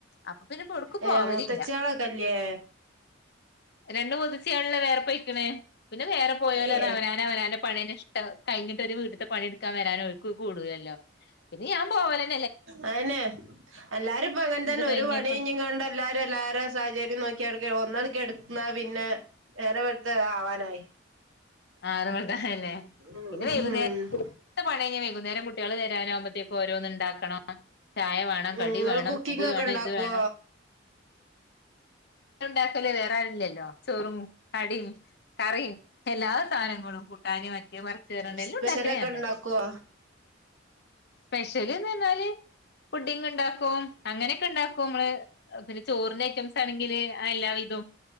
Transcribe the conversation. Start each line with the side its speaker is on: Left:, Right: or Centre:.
Left: അപ്പൊ പിന്നെ ഇപ്പൊ എവ്‌ട്ക്കും
Right: ഏ
Left: പോവലില്ല
Right: മൂത്തച്ച്യാളൊക്കെല്ലേ
Left: രണ്ടു മൂത്തച്യേള്ള്ളത് വേറെ പോയ്ക്ക്ണ് പിന്നെ വേറെ പോയോല്
Right: ഏ
Left: അവനാനവനാന്റെ പണി അന്വേഷി ട്ട് കഴിഞ്ഞിട്ട് ഒരു വീട്ട്ത്തെ പണിട്ക്കാൻ വരാന് ഓല്ക്ക് കൂടൂലല്ലോ പിന്നെ ഞാൻ പോവലന്നെ
Right: അതനെ എല്ലാരും ഇപ്പൊ അങ്ങൻതന്നെ
Left: ഇത് കഴിഞ്ഞപ്പ
Right: ഒരു പണിഞ്ഞയിഞ്ഞ്ങ്ങാണ്ട് എല്ലാരും എല്ലാരും സാഹചര്യം നോക്കിടക്കാണ് ഒന്നണ് കെട്ന്ന പിന്നെ നേരവെളുത്ത ആവാനായി
Left: ആ നേരവെളുത്ത അയന്നെ
Right: ഉം
Left: പിന്നെ വൈകുന്നേരത്തെ പണികയ്ഞ്ഞ വൈകുന്നേരം കുട്ട്യേള് വരാനാവ്‌മ്പത്തേക്കും ഓരോന്ന് ഇണ്ടാക്കണം ചായ വേണം
Right: ഇങ്ങള്
Left: കടി വേണം
Right: കുക്കിംഗ്
Left: അത്
Right: ഒക്കെ
Left: വേണം
Right: ഉണ്ടാക്കോ
Left: ഇത് വേണം ഇണ്ടാക്കല് വേറെ ആരുല്ലല്ലോ ചോറും കടിം കറിം എല്ലാ സാനങ്ങ ങ്ങളും കൂട്ടാനും മറ്റേത് മറിചേത്റ ഞ്ഞാണ്ട് എല്ലാം
Right: സ്പെഷ്യലൊക്കെ
Left: ഉണ്ടാക്കല് ഞാൻ
Right: ഉണ്ടാക്കോ
Left: തന്നെ സ്പെഷ്യല്ന്ന് പറഞ്ഞാല് പുഡിങ് ഇണ്ടാ ക്കും അങ്ങനൊക്കെ ഇണ്ടാക്കും നമ്മള് പിന്നെ ചോറിന്റെ ഐറ്റംസ് ആണെങ്കില് എല്ലാവിധോം